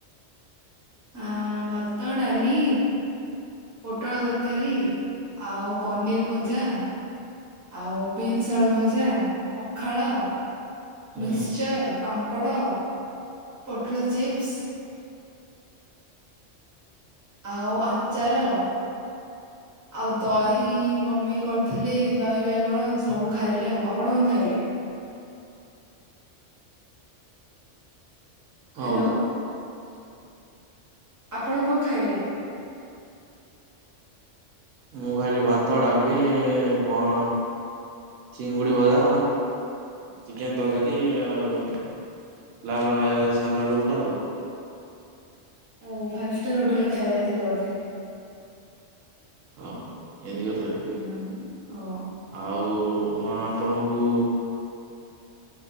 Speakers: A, on the right; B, on the right.
A: ଆଁ ଭାତ ଡାଲି ପୋଟଳ ତରକାରୀ ଆଉ ପନିର ଭଜା ଆଉ ବିନ୍ସ ଆଳୁ ଭଜା ପଖାଳ
B: ହୁଁ
A: ମିକ୍ସଚର ପାମ୍ପଡ ପୋଟଳ ଚିପ୍ସ। ଆଉ ଆଚାର। ଆଉ ଦହି ମମି କରିଥିଲେ ଦହି ବାଇଗଣ ସବୁ ଖାଇଲେ ଆଉ ଆପଣ କଣ ଖାଇଲେ।
B: ହୋଉ
A: ହ୍ୟାଲୋ ଆପଣ କଣ ଖାଇଲେ?
B: ମୁଁ ଖାଇଲି ଭାତ ଡାଲି ପ ଚିଙ୍ଗୁଡି ଭଜା। ଚିକେନ ତରକାରୀ <unintelligible> ସାଲାଡ ଗୋଟେ ଆଉ।
A: ଆଉ ଫାଇଭ୍ ଷ୍ଟାର ହୋଟେଲ ରେ ଖାଇବାକୁ ଯାଇଥିଲେ ବୋଧେ।
B: ହଁ ଏନ୍ତି କଥା କି।
A: ଉଁହୁଁ ଓ।
B: ଆଉ ମୁଁ ଆପଣଙ୍କୁ